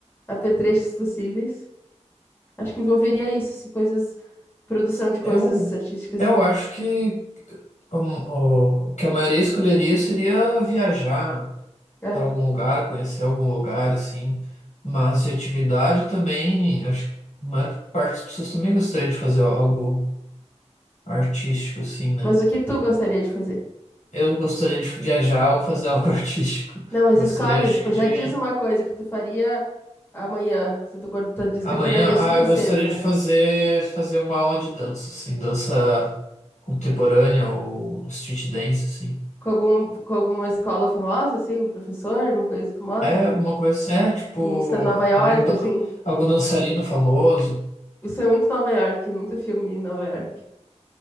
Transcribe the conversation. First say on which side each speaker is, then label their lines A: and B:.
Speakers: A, on the left; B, on the left.
A: apetrechos possíveis. Acho que envolveria isso, assim, coisas, produção de coisas
B: Eu,
A: artísticas
B: eu
A: e,
B: acho que um, o, o que a maioria escolheria seria viajar.
A: é.
B: para algum lugar, conhecer algum lugar, assim. Mas de atividade também, acho que a maior parte das pessoas também gostaria de fazer algo artístico, assim, né?
A: Mas o que tu gostaria de fazer?
B: Eu gostaria de viajar ou fazer algo <laughs> artístico.
A: Não, mas
B: Eu
A: escolhe,
B: gostaria, acho
A: esco-
B: que de.
A: já diz uma coisa que tu faria Amanhã, se tu acorda- disse
B: Amanhã,
A: que acordaria super
B: ah, eu gostaria
A: cedo, né?
B: de fazer fazer uma aula de dança, assim, dança contemporânea ou street dance, assim.
A: Com algum, com alguma escola famosa, assim, um professor, alguma coisa famosa?
B: É alguma coisa assim, é tipo
A: Em Sta- Nova York,
B: algum, da-
A: assim.
B: algum dançarino famoso.
A: Isso é muito Nova York, muito filme em Nova York,